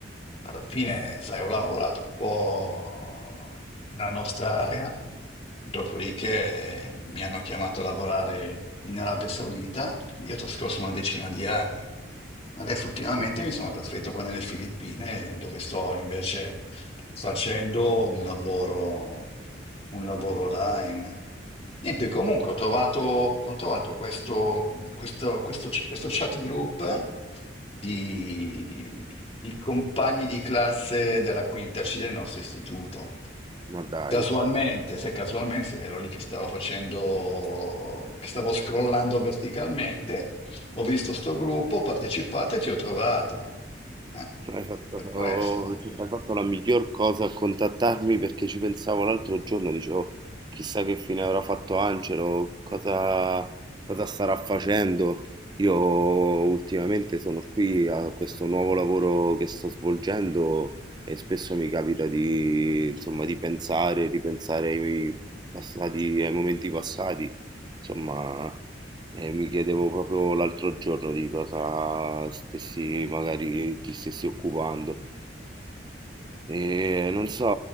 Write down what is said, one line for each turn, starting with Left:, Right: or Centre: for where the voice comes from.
Left: alla fine, sai, ho lavorato un po' nella nostra area, dopodiché mi hanno chiamato a lavorare in Arabia Saudita io ho trascorso una decina di anni. Adesso ultimamente
Right: Incredibile,
Left: mi sono trasferito qua nelle Filippine, dove sto invece facendo un lavoro, un lavoro online. Niente, comunque ho trovato, ho trovato questo, questo, questo, questo chat group di, di compagni di classe della quinta C del nostro istituto.
Right: ma dai.
Left: Casualmente, se casualmente ero lì che stavo facendo, che stavo scrollando verticalmente, ho visto sto gruppo, ho partecipato e ti ho trovato. Eh,
Right: Hai fatto,
Left: per questo.
Right: oh, cioè, hai fatto la miglior cosa a contattarmi perché ci pensavo l'altro giorno, dicevo, chissà che fine avrà fatto Angelo, cosa, cosa starà facendo. Io ultimamente sono qui a questo nuovo lavoro che sto svolgendo e spesso mi capita di, insomma, di pensare, ripensare ai passati, ai momenti passati. Insomma, e mi chiedevo proprio l'altro giorno di cosa stessi, magari ti stessi occupando. E non so,